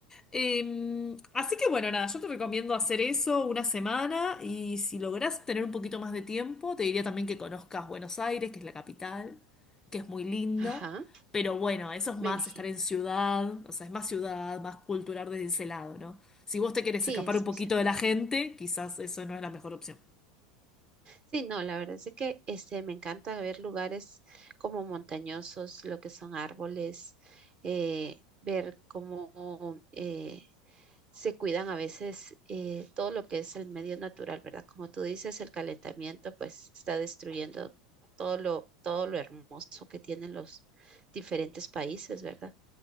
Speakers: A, on the left (about 20°); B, on the right (about 35°).
A: Eh, así que bueno, nada, yo te recomiendo hacer eso una semana y si lográs tener un poquito más de tiempo, te diría también que conozcas Buenos Aires, que es la capital, que es muy lindo,
B: Ajá.
A: pero bueno, eso es más
B: Me imagino.
A: estar en ciudad, o sea, es más ciudad, más cultural desde ese lado, ¿no? Si vos te querés
B: Sí,
A: escapar
B: es
A: un poquito
B: muy cierto.
A: de la gente, quizás eso no es la mejor opción.
B: Sí, no, la verdad es de que este, me encanta ver lugares como montañosos, lo que son árboles, eh, ver cómo eh, se cuidan a veces eh, todo lo que es el medio natural, ¿verdad? Como tú dices, el calentamiento pues está destruyendo todo lo, todo lo hermoso que tienen los diferentes países, ¿verdad?